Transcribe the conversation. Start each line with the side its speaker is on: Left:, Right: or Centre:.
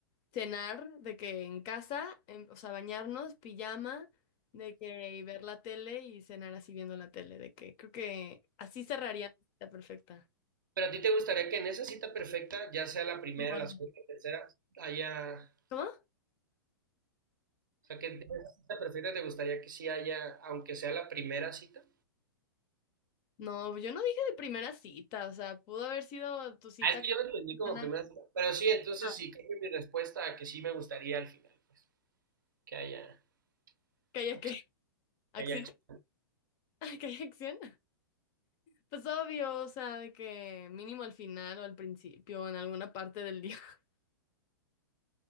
Left: cenar, de que en casa, en- o sea, bañarnos, pijama, de que y ver la tele y cenar así viendo la tele, de que creo que así cerraría mi cita perfecta.
Right: Pero a ti te gustaría que en esa cita perfecta, ya sea la primera,
Left: Bueno.
Right: la segunda, la tercera, haya,
Left: ¿Cómo?
Right: o sea, que en esa cita perfecta te gustaría que sí haya, aunque sea la primera cita.
Left: No, yo no dije de primera cita, o sea, pudo haber sido tu cita
Right: Ah, es que
Left: con
Right: yo lo
Left: una
Right: entendí como
Left: persona.
Right: primera cita. Pero sí, entonces
Left: Ah,
Right: sí, cambio mi respuesta a que sí me gustaría al final, pues, que haya,
Left: ¿que haya
Right: acción,
Left: qué? ¿Acción?
Right: que haya acción.
Left: <laughs> ¿Que haya acción? Pues obvio, o sea, de que mínimo al final o al principio o en alguna parte del día. <laughs>